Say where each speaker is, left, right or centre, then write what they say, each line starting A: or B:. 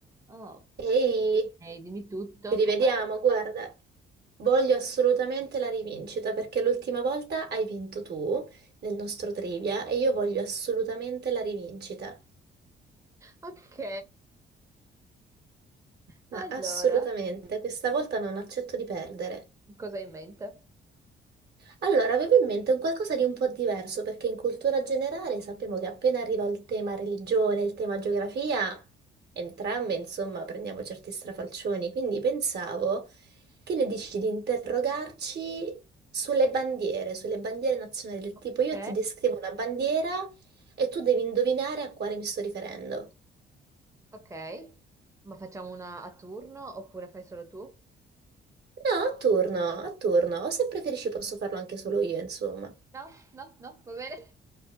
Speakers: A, on the right; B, on the right.
A: Ok,
B: Ehi,
A: dimmi tutto.
B: ci rivediamo,
A: com'è.
B: guarda, voglio assolutamente la rivincita perché l'ultima volta hai vinto tu nel nostro trivia e io voglio assolutamente la rivincita,
A: Ok,
B: ma
A: allora,
B: assolutamente, questa volta non accetto di perdere.
A: cosa hai in mente?
B: Allora, avevo in mente un qualcosa di un po' diverso, perché in cultura generale sappiamo che appena arriva il tema religione, il tema geografia, entrambe, insomma, prendiamo certi strafalcioni. Quindi pensavo, che ne dici di interrogarci sulle bandiere, sulle bandiere nazionali, del
A: Ok,
B: tipo io ti descrivo una bandiera e tu devi indovinare a quale mi sto riferendo.
A: Ok, ma facciamo una a turno oppure fai solo tu?
B: No, a turno, a turno, o se preferisci posso farlo anche solo io, insomma.
A: No, no, no, va bene.